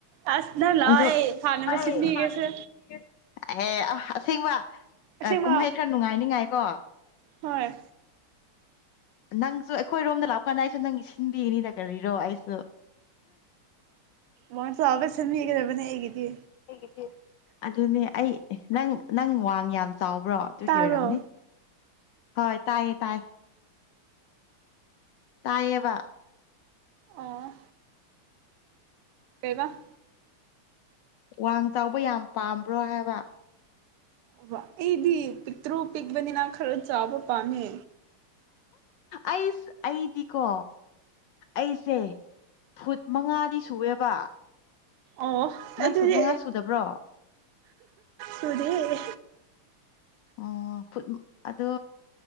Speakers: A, on the right; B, on the left.
A: ꯑꯥꯁ ꯅꯪ ꯂꯥꯑꯣ
B: ꯑꯗꯣ
A: ꯑꯩ ꯐꯥꯅꯕ
B: ꯑꯩ
A: ꯁꯤꯟꯕꯤꯒꯦꯁꯦ
B: ꯐꯥꯅꯕ ꯁꯤꯟꯕꯤꯒꯦ ꯑꯦ ꯑꯣ ꯑꯁꯦꯡꯕ
A: ꯑꯁꯦꯡꯕ
B: ꯀꯨꯝꯍꯩ ꯈꯔ ꯅꯨꯉꯥꯏꯅꯤꯉꯥꯏꯀꯣ
A: ꯍꯣꯏ
B: ꯅꯪꯁꯨ ꯑꯩꯈꯣꯏꯔꯣꯝꯗ ꯂꯥꯛꯄꯀꯥꯟꯗ ꯑꯩꯁꯨ ꯅꯪꯒꯤ ꯁꯤꯟꯕꯤꯒꯅꯤꯗ ꯀꯔꯤꯔꯣ ꯑꯩꯁꯨ <unintelligible>
A: ꯋꯥꯡ ꯆꯥꯎꯕ ꯁꯤꯟꯕꯤꯒꯗꯕꯅꯦ ꯑꯩꯒꯤꯗꯤ
B: ꯑꯩꯒꯤꯗꯤ ꯑꯗꯨꯅꯦ ꯑꯩ ꯅꯪ ꯅꯪ ꯋꯥꯡ ꯌꯥꯝ ꯆꯥꯎꯕ꯭ꯔꯣ ꯇꯨꯒꯤ
A: ꯇꯥꯕ꯭ꯔꯣ
B: ꯑꯣꯏꯔꯝꯅꯤ ꯍꯣꯏ ꯇꯥꯏꯌꯦ ꯇꯥꯏ ꯇꯥꯏꯌꯦꯕ
A: ꯑꯣ ꯀꯩꯕꯥ
B: ꯋꯥꯡ ꯆꯥꯎꯕ ꯌꯥꯝ ꯄꯥꯝꯕ꯭ꯔꯣ ꯍꯥꯏꯕ
A: ꯋꯥ ꯑꯩꯗꯤ ꯄꯤꯛꯇ꯭ꯔꯨ ꯄꯤꯛꯕꯅꯤꯅ ꯈꯔ ꯆꯥꯎꯕ ꯄꯥꯝꯃꯦ
B: ꯑꯩꯁ ꯑꯩꯗꯤꯀꯣ ꯑꯩꯁꯦ ꯐꯨꯠ ꯃꯉꯥꯗꯤ ꯁꯨꯋꯦꯕ
A: ꯑꯣ
B: ꯅꯪ
A: ꯑꯗꯨꯗꯤ
B: ꯐꯨꯠ ꯃꯉꯥ ꯁꯨꯗꯕ꯭ꯔꯣ
A: ꯁꯨꯗꯦ
B: ꯑꯣ ꯐꯨꯠ ꯑꯗꯣ